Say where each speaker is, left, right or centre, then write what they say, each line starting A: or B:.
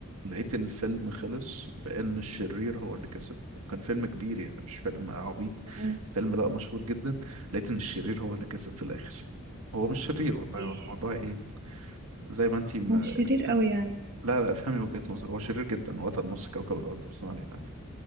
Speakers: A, on the right (about 75°); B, on the right (about 45°).
A: لقيت الفيلم خلص بأن الشرير هو اللي كسب كان فيلم كبير يعني مش فيلم عبيط
B: مم.
A: فيلم لا مشهور جدا لقيت ان الشرير هو اللي كسب في الاخر هو مش شرير والله
B: إيه،
A: هو الموضوع ايه زي ما انتي ما
B: هو مش شرير
A: ف...
B: قوي يعني
A: لا لا افهمي وجهة نظري هو شرير جدا وقتل نص كوكب الارض بس ما علينا